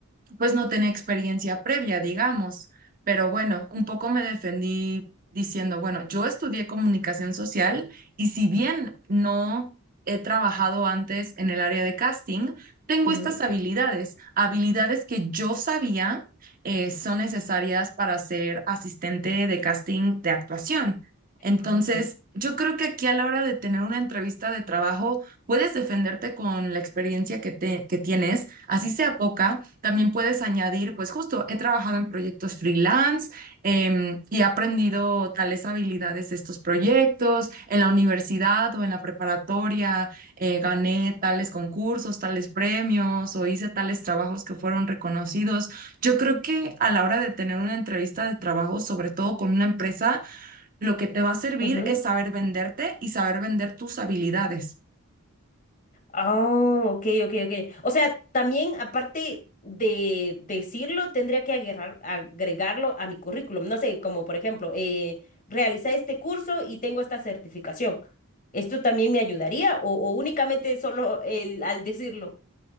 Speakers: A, on the right; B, on the left.
A: pues no tenía experiencia previa, digamos, pero bueno, un poco me defendí diciendo, bueno, yo estudié comunicación social y si bien no he trabajado antes en el área de casting, tengo
B: ujú,
A: estas habilidades, habilidades que yo sabía eh, son necesarias para ser asistente de casting de actuación. Entonces,
B: Ah, ok.
A: yo creo que aquí a la hora de tener una entrevista de trabajo, puedes defenderte con la experiencia que, te, que tienes Así sea poca, también puedes añadir, pues justo, he trabajado en proyectos freelance em, y he aprendido tales habilidades de estos proyectos. En la universidad o en la preparatoria eh, gané tales concursos, tales premios o hice tales trabajos que fueron reconocidos. Yo creo que a la hora de tener una entrevista de trabajo, sobre todo con una empresa, lo que te va a servir
B: Ujú.
A: es saber venderte y saber vender tus habilidades.
B: Oh, ok, ok, ok. O sea, también aparte de decirlo, tendría que agarrar- agregarlo a mi currículum. No sé, como por ejemplo, eh, realicé este curso y tengo esta certificación. ¿Esto también me ayudaría o, o únicamente solo el, al decirlo?